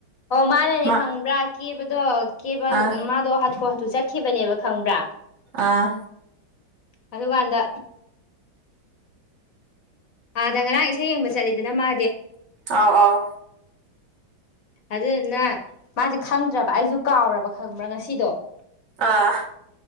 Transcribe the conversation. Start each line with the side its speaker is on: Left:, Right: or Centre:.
Left: ꯑꯣ ꯃꯥꯅꯅꯦ
Right: ꯃꯥ
Left: ꯈꯪꯕ꯭ꯔꯥ ꯀꯦꯕꯗꯣ ꯀꯦꯕ
Right: ꯑꯥ
Left: ꯃꯥꯗꯣ ꯍꯥꯊꯨ ꯍꯥ ꯇꯨ ꯆꯠꯈꯤꯕꯅꯦꯕ ꯈꯪꯕ꯭ꯔꯥ
Right: ꯑꯥ
Left: ꯑꯗꯨꯀꯥꯟꯗ ꯑꯥꯗ ꯉꯔꯥꯡ ꯏꯁꯩ ꯌꯦꯡꯕ ꯆꯠꯂꯤꯗꯅ ꯃꯥ
Right: ꯑꯥꯎ ꯑꯥꯎ
Left: ꯑꯗꯨꯗꯨꯅ ꯃꯥꯗꯤ ꯈꯪꯗ꯭ꯔꯕ ꯑꯩꯁꯨ ꯀꯥꯎꯔꯕ ꯈꯪꯕ꯭ꯔꯥ ꯉꯁꯤꯗꯣ
Right: ꯑꯥ